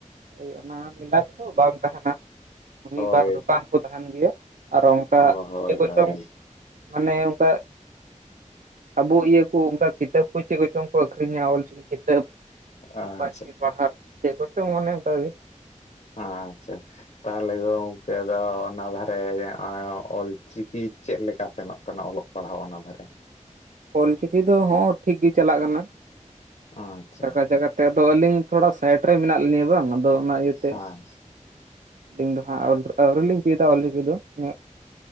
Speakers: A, on the right (about 80°); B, on the left (about 55°).
A: ᱦᱳᱭ ᱚᱱᱟ ᱢᱮᱞᱟ ᱠᱚ ᱵᱟᱝ ᱛᱟᱦᱮᱱᱟ᱾ ᱢᱤᱫ
B: ᱦᱳᱭ
A: ᱵᱟᱨ ᱫᱚᱠᱟᱱ ᱠᱚ ᱛᱟᱦᱮᱱ ᱜᱮᱭᱟ ᱾ ᱟᱨᱚ ᱚᱱᱠᱟ
B: ᱦᱳᱭ
A: ᱪᱮᱫ ᱠᱚᱪᱚᱝ
B: ᱦᱳᱭ
A: ᱢᱟᱱᱮ ᱚᱱᱠᱟ ᱟᱵᱚ ᱤᱭᱟᱹ ᱠᱚ ᱚᱱᱠᱟ ᱠᱤᱛᱟᱹᱵᱽ ᱠᱚ ᱪᱮᱫ ᱠᱚᱪᱚᱝ ᱠᱚ ᱟᱹᱠᱷᱨᱤᱧᱟ᱾ ᱚᱞ ᱪᱤᱠᱤ ᱠᱤᱛᱟᱹᱵᱽ
B: ᱟᱪᱪᱷᱟ
A: ᱯᱟᱹᱧᱪᱤ ᱯᱟᱲᱦᱟᱸᱴ ᱾ ᱪᱮᱫ ᱠᱚᱪᱚᱝ ᱢᱚᱱᱮ ᱚᱱᱠᱟᱜᱮ ᱾
B: ᱟᱪᱪᱷᱟ ᱟᱪᱪᱷᱟ᱾ ᱛᱟᱦᱚᱞᱮ ᱜᱚᱝᱠᱮ ᱫᱚ ᱚᱱᱟ ᱫᱷᱟᱨᱮ ᱡᱮ ᱦᱚᱜ-ᱚᱸᱭ ᱚᱞ ᱪᱤᱠᱤ ᱪᱮᱫ ᱞᱮᱠᱟ ᱥᱮᱱᱚᱜ ᱠᱟᱱᱟ ᱚᱞᱚᱜ? ᱯᱟᱲᱦᱟᱣ ᱚᱱᱟ ᱫᱷᱟᱨᱮ᱾
A: ᱚᱞᱪᱤᱠᱤ ᱫᱚ ᱦᱚᱸ ᱴᱷᱤᱠ ᱜᱮ ᱪᱟᱞᱟᱜ ᱠᱟᱱᱟ,
B: ᱟᱪᱪᱷᱟ
A: ᱪᱟᱠᱟ ᱪᱟᱠᱟ ᱾ ᱛᱮ ᱫᱚ ᱟᱹᱞᱤᱧ ᱛᱷᱚᱲᱟ ᱥᱟᱭᱤᱴ ᱨᱮ ᱢᱮᱱᱟᱜ ᱞᱤᱧᱟᱹ ᱵᱟᱝ ᱟᱫᱚ ᱚᱱᱟ ᱤᱭᱟᱹᱛᱮ᱾
B: ᱦᱮᱸ
A: ᱟᱹᱞᱤᱧ ᱫᱚ ᱦᱟᱸᱜ ᱟᱹᱣᱨᱤ, ᱟᱹᱣᱨᱤ ᱞᱤᱧ ᱪᱤᱫᱟ ᱚᱞ ᱪᱤᱠᱤ ᱫᱚ ᱦᱮᱸᱜ᱾